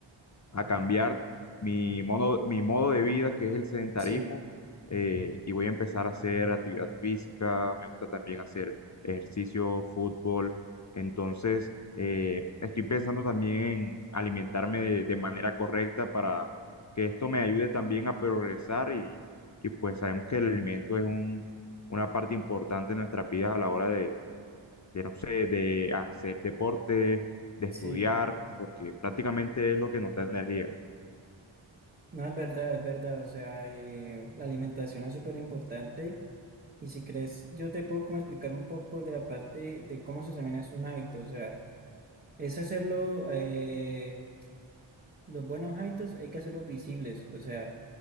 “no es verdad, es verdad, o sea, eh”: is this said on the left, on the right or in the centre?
Right